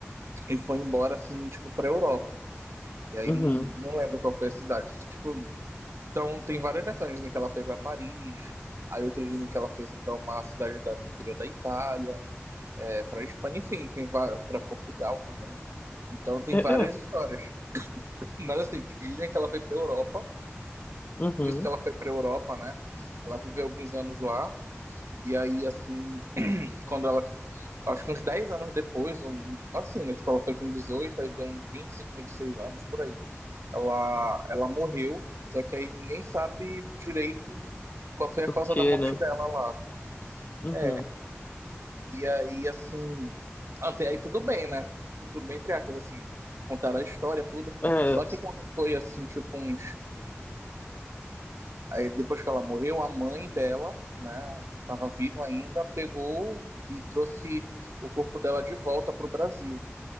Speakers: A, on the right; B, on the left.
A: e foi embora assim, tipo, pra Europa. E aí
B: uhum,
A: não, não lembro qual foi a cidade. Tipo, então tem várias versões. Dizem que ela foi pra Paris, aí outros dizem que ela foi assim, pra uma cidade da, do interior da Itália, é, pra Espanha, enfim, tem várias, pra Portugal também. Então tem
B: é,
A: várias
B: é,
A: histórias. Mas assim, que dizem que ela foi pra Europa.
B: uhum,
A: Nisso que ela foi pra Europa, né? Ela viveu alguns anos lá. E aí, assim, quando ela. Acho que uns 10 anos depois, um, assim, né? Tipo, ela foi com dezoito aí deu uns 25, seis anos, por aí. Ela, ela morreu, só que aí ninguém sabe direito qual foi a
B: o
A: causa
B: que,
A: da morte
B: né?
A: dela lá.
B: Uhum,
A: É, e aí, assim, até aí tudo bem, né? <laughs> Tudo bem, entre aspas, assim, contaram a história, tudo.
B: é,
A: Só que quando foi, assim, tipo uns... Aí depois que ela morreu, a mãe dela, né, que tava viva ainda, pegou e trouxe o corpo dela de volta pro Brasil.